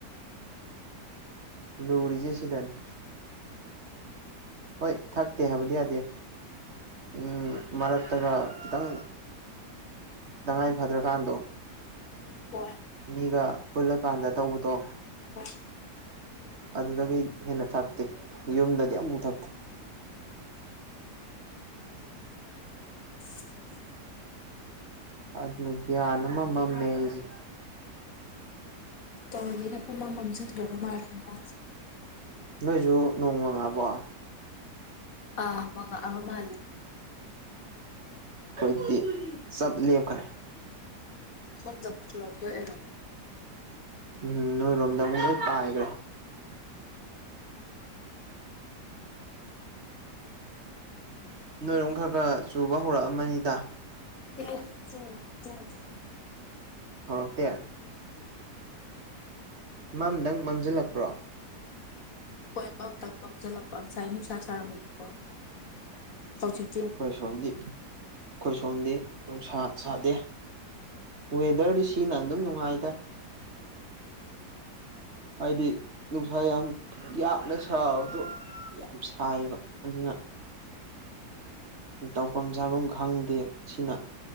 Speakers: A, on the right; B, on the left.
A: ꯂꯔꯤꯁꯦ ꯁꯤꯗꯅꯤ ꯍꯣꯏ ꯊꯛꯇꯦ ꯍꯥꯏꯕꯗꯤ ꯌꯥꯗꯦ ꯎꯝ ꯃꯔꯛꯇꯒ ꯈꯤꯇꯪ ꯇꯉꯥꯏ ꯐꯗ꯭ꯔꯀꯥꯟꯗꯣ
B: ꯍꯣꯏ
A: ꯃꯤꯒ ꯄꯨꯜꯂꯀꯥꯟꯗ ꯇꯧꯕꯗꯣ
B: ꯍꯣꯏ
A: ꯑꯗꯨꯗꯒꯤ ꯍꯦꯟꯅ ꯊꯛꯇꯦ ꯌꯨꯝꯗꯗꯤ ꯑꯃꯕꯨꯛ ꯊꯛꯇꯦ <inaudible> <inaudible>
B: <inaudible>
A: ꯑꯗꯨꯅ ꯒ꯭ꯌꯥꯟ ꯑꯃ ꯃꯝꯃꯦ ꯑꯩꯁꯦ
B: ꯇꯧꯔꯤꯉꯩꯗ ꯄꯨꯡꯃꯝ ꯃꯝꯁꯤꯟꯈ꯭ꯔꯕ ꯃꯥꯜꯂ ꯃ <unintelligible>
A: ꯅꯣꯏꯁꯨ ꯅꯣꯡ ꯃꯪꯉꯕꯣ
B: ꯑꯥ ꯃꯪꯉꯛꯑꯕ ꯃꯥꯜꯂꯦ
A: ꯈꯣꯏꯗꯤ ꯆꯞ ꯂꯦꯞꯈ꯭ꯔꯦ
B: <unintelligible>
A: ꯎꯝ ꯅꯣꯏꯔꯣꯝꯗ ꯑꯃꯨꯛ ꯂꯣꯏ ꯄꯥꯏꯒ꯭ꯔꯦ ꯅꯣꯏꯔꯣꯝ ꯈꯔ ꯈꯔ ꯆꯨꯕ ꯍꯧꯔꯛꯑꯃꯅꯤꯗ
B: <unintelligible> ꯆꯨ ꯆꯨꯗꯦ
A: ꯍꯧꯔꯛꯇꯦ ꯃꯝꯗꯪ ꯃꯝꯖꯤꯜꯂꯛꯄ꯭ꯔꯣ
B: ꯍꯣꯏ ꯃꯝꯇꯪ ꯃꯝꯖꯤꯜꯂꯛꯄ ꯉꯁꯥꯏ ꯅꯨꯁꯥ ꯁꯥꯔꯝꯃꯦꯕꯀꯣ ꯍꯧꯖꯤꯛ
A: ꯑꯈꯣꯏ ꯁꯣꯝꯗꯤ ꯑꯩꯈꯣꯏ ꯁꯣꯝꯗꯤ ꯅꯨꯡꯁꯥ ꯁꯥꯗꯦ ꯋꯦꯗꯔꯗꯤ ꯁꯤꯅ ꯑꯗꯨꯝ ꯅꯨꯡꯉꯥꯏꯗ ꯍꯥꯏꯗꯤ ꯅꯨꯡꯁꯥ ꯌꯥꯝ ꯌꯥꯛꯅ ꯁꯥꯕꯗꯣ ꯌꯥꯝ ꯁꯥꯏꯌꯦꯕ ꯑꯗꯨꯅ ꯇꯧꯕꯝ ꯆꯥꯕꯝ ꯈꯪꯗꯦ ꯁꯤꯅ